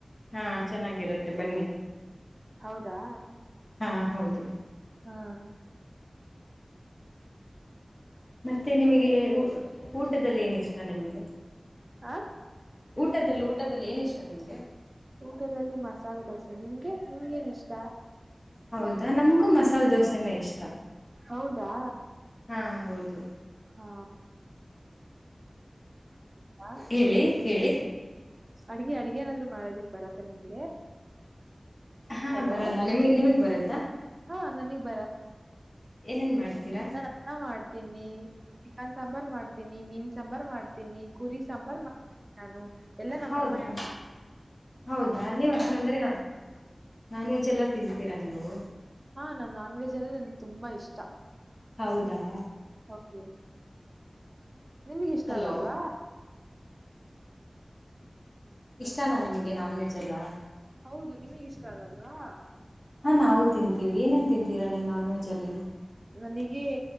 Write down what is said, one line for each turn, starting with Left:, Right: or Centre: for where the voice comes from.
Left: ಹಾ ಚೆನ್ನಾಗಿರುತ್ತೆ ಬನ್ನಿ.
Right: ಹೌದಾ
Left: ಹಾ ಹೌದು
Right: ಹಾ
Left: ಮತ್ತೆ ನಿಮಗೆ ಊ ಊಟದಲ್ಲಿ ಏನ ಇಷ್ಟ ನಿಮ್ಗೆ.
Right: ಆ
Left: ಊಟದಲ್ಲಿ ಊಟದಲ್ಲಿ ಏನ ಇಷ್ಟ ನಿಮ್ಗೆ.
Right: ಊಟದಲ್ಲಿ ಮಸಾಲೆ ದೋಸೆ ನಿಮಗೆ ನಿಮಗ ಏನ್ ಇಷ್ಟ.
Left: ಹೌದಾ ನಮ್ಗೂ ಮಸಾಲೆ ದೋಸೆನೇ ಇಸ್ಟಾ.
Right: ಹೌದಾ
Left: ಹಾ ಹೌದು
Right: ಹಾ ಆ
Left: ಹೇಳಿ ಹೇಳಿ.
Right: ಅಡ್ಗೆ ಅಡ್ಗೆ ನಾದ್ರು ಮಾಡೋದಿಕ್ ಬರತ್ತ ನಿಮ್ಗೆ.
Left: ಹಾ
Right: ಹಲೋ
Left: ಬರಲ್ಲ. ನಿಮ ನಿಮಗ್ ಬರುತ್ತಾ.
Right: ಹಾ ನನಗ್
Left: ಏನೇನ್ ಮಾಡ್ತೀರಾ.
Right: ನಾನು ಅನ್ನ ಮಾಡ್ತೀನಿ ಚಿಕ್ಕನ್ ಸಾಂಬಾರ್ ಮಾಡ್ತೀನಿ ಮೀನ್ ಸಾಂಬಾರ ಮಾಡ್ತೀನಿ. ತಿನಿ ಕುರಿ ಸಾಂಬಾರ ಮಾಡ್ತಿನಿ ನಾನು ಎಲ್ಲಾ ನಮ್ಮ
Left: ಹೌದಾ
Right: ಅಮ್ಮ.
Left: ಹೌದಾ ನೀವು ಹಂಗಂದ್ರೆ ನಾನ್ ವೆಜ್ ಎಲ್ಲ ತಿಂತೀರಾ ನೀವು.
Right: ಹಾ ನಾನ್ ನಾನ್ ವೆಜ್ ಎಲ್ಲಾ ನನ್ಗೆ ತುಂಬ ಇಷ್ಟ.
Left: ಹೌದಾ
Right: ಓ ಕೆ. ನಿಮಗ ಇಷ್ಟ
Left: ಹಲೋ
Right: ಆಗಲ್ವಾ.
Left: ಇಷ್ಟನಾ ನಿಮಗೆ ನಾನ್ ವೆಜ್ ಎಲ್ಲಾ.
Right: ಹೌದು ನಿಮಗ ಇಷ್ಟಾ ಆಗಲ್ವಾ.
Left: ಹಾ ನಾವು ತಿಂತೀವಿ. ಏನೇನ್ ತಿಂತೀರಾ ನೀವು ನಾನ್ ವೆಜ್ ಅಲ್ಲಿ
Right: ನನಗೆ